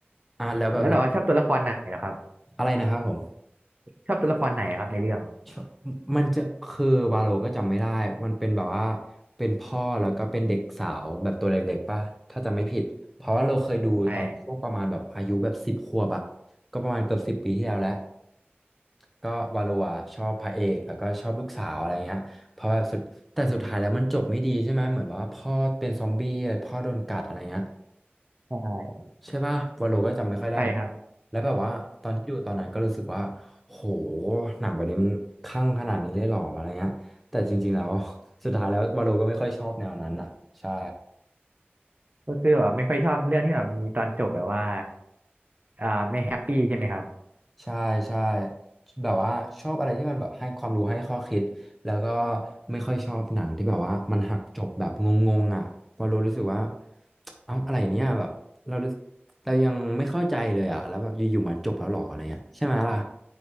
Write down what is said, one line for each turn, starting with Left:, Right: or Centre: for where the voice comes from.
Centre: อ่าแล้วแบบเรา
Right: แล้วแบบว่าชอบตัวละครไหนเหรอครับ
Centre: อะไรนะครับผม
Right: ชอบตัวละครไหนครับในเรื่อง
Centre: ชอบมันจะคือวาโลก็จำไม่ได้มันเป็นแบบว่าเป็นพ่อแล้วก็เป็นเด็กสาวแบบตัวเล็กๆป่ะถ้าจำไม่ผิดเพราะว่าเราเคยดูตอนช่วงประมาณแบบอายุแบบสิบขวบอะ
Right: ใช่
Centre: ก็ประมาณเกือบสิบปีที่แล้วแหล้วก็วาโลอะชอบพระเอกแล้วก็ชอบลูกสาวอะไรเงี้ยเพราะว่าสุดแต่สุดท้ายแล้วมันจบไม่ดีใช่ไหมเหมือนว่าพ่อเป็นซอมบี้พ่อโดนกัดอะไรเงี้ย
Right: ใช่
Centre: ใช่ป่ะวาโลก็จำไม่ค่อยได้เหมือนกันแล้วแบบว่าตอนที่ดูตอนนั้นก็รู้สึกว่าโห
Right: ใช่ครับ
Centre: หนังแบบนี้มันคลั่งขนาดนี้เลยเหรออะไรเงี้ยแต่จริงๆแล้ว <laughs> สุดท้ายแล้ววาโลก็ไม่ค่อยชอบแนวนั้นอ่ะใช่
Right: ก็คือแบบไม่ค่อยชอบเรื่องที่แบบมีตอนจบแบบว่าอ่าไม่แฮปปี้ใช่ไหมครับ
Centre: ใช่ใช่แบบว่าชอบอะไรที่มันแบบให้ความรู้ให้ข้อคิดแล้วก็ไม่ค่อยชอบหนังที่แบบว่ามันหักจบแบบงงๆอ่ะวาโลรู้สึกว่า <tsk> เอ้าอะไรเนี่ยแบบเรารู้สึกเรายังไม่เข้าใจเลยอ่ะแล้วแบบอยู่ๆมาจบแล้วเหรออะไรเงี้ยใช่ไหมล่ะ